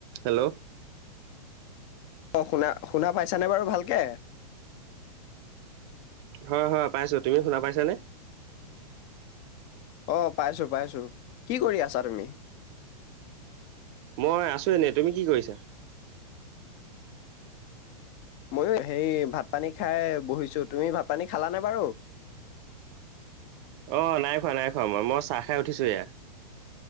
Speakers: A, on the right (about 40°); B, on the left (about 35°).
A: Hello
B: অ'শুনা শুনা পাইছানে বাৰু ভাল কে
A: হয়, হয়, পাইছো তুমি শুনা পাইছা নে!
B: অ'পাইছো পাইছো কি কৰি আছা তুমি
A: মই আছো এনেই তুমি কি কৰিছা
B: ময়ো হেৰি ভাত পানী খাই বহিছো, তুমি ভাত পানী খালানে বাৰু
A: অ' নাই খোৱা নাই খোৱা মই মই চাহ খাই উঠিছোঁহে